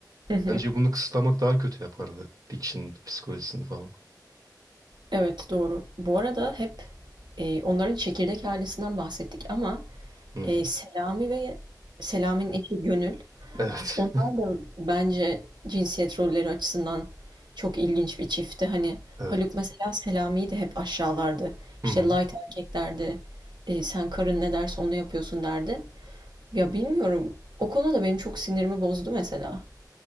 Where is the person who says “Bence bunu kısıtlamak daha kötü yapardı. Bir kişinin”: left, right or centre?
Right